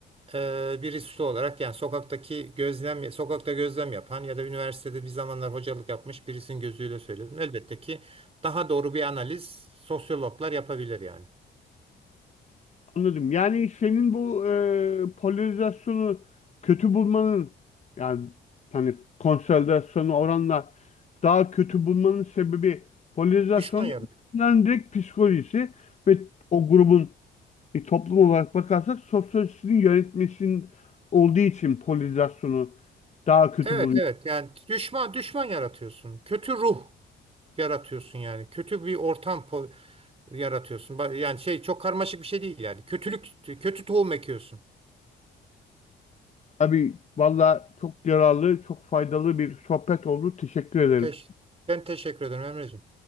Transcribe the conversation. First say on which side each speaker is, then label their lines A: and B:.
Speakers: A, on the right; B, on the left.
A: e, birisi olarak yani sokaktaki gözlem, sokakta gözlem yapan ya da üniversitede bir zamanlar hocalık yapmış birisinin gözüyle söylüyorum. Elbette ki daha doğru bir analiz sosyologlar yapabilir yani.
B: Anladım. Yani senin bu e, polarizasyonu kötü bulmanın yani hani konsolidasyonu oranla daha kötü bulmanın sebebi polarizasyonun
A: Düşman yarat.
B: insanların direkt psikolojisi ve o grubun bir toplum olarak bakarsak sosyolojisinin yönetmesinin olduğu için polarizasyonu daha kötü
A: Evet
B: buluyor.
A: evet yani düşman düşman yaratıyorsun. Kötü ruh yaratıyorsun yani. Kötü bir ortam po- yaratıyorsun. Ba- Yani şey çok karmaşık bir şey değil yani. Kötülük, kötü tohum ekiyorsun.
B: Abi valla çok yararlı, çok faydalı bir sohbet oldu. Teşekkür ederim.
A: Teş ben teşekkür ederim Emreciğim.